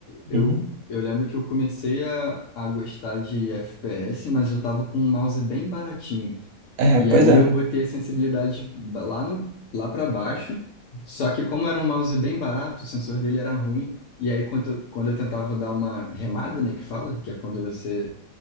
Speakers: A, on the left; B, on the right.
A: eu,
B: Uhum.
A: eu lembro que eu comecei a, a gostar de FPS, mas eu tava com um mouse bem baratinho.
B: É,
A: E
B: pois
A: aí
B: é.
A: eu botei a sensibilidade ba- lá no, lá para baixo. Só que como era um mouse bem barato, o sensor dele era ruim. E aí quando, eu- quando eu tentava dar uma remada, né, que fala, que é quando você